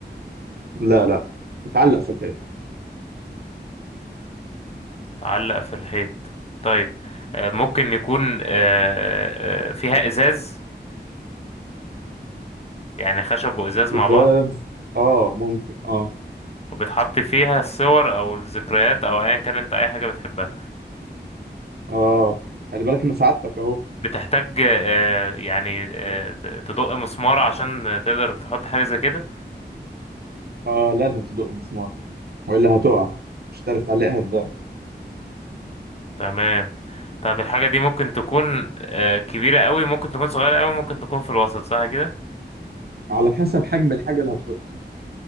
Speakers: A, on the right; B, on the left.
A: لا لا تتعلق في الحيط
B: تعلق في الحيط طيب آه، ممكن يكون آه، آه، آه، فيها ازاز يعني خشب وازاز مع
A: ازاز
B: بعض
A: اه ممكن اه
B: وبتحط فيها الصور او الذكريات او ايا كان انت اي حاجه بتحبها
A: اه خلي بالك ان سعادتك اهو
B: بتحتاج آه، يعني آه، ت- تدق مسمار عشان تقدر تحط حاجه زي كده
A: اه لازم تدق مسمار والا هتقع مش هتعرف تعلقها ازاي
B: تمام طب الحاجه دي ممكن تكون آه، كبيره قوي ممكن تكون صغيره قوي ممكن تكون في الوسط صح كده
A: على حسب حجم الحاجه اللي هتحطها